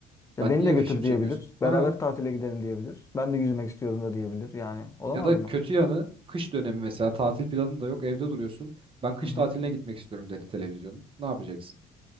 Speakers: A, on the left; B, on the right.
A: Ya
B: Ben
A: beni
B: niye
A: de götür
B: fişimi çekiyorsun?
A: diyebilir.
B: Ha
A: Beraber tatile gidelim diyebilir. Ben de yüzmek istiyorum da diyebilir. Yani olamaz
B: ya da
A: mı?
B: kötü yanı kış dönemi mesela tatil planın da yok evde duruyorsun. Ben kış
A: Hı hı.
B: tatiline gitmek istiyorum dedi televizyonun. Ne yapacaksın?